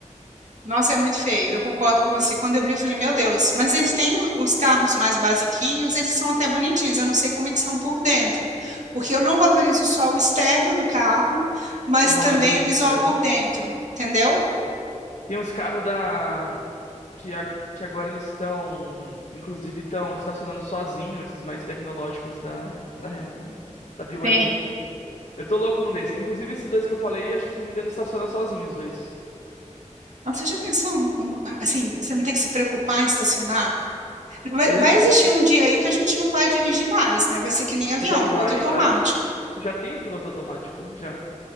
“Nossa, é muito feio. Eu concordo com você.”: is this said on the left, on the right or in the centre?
Right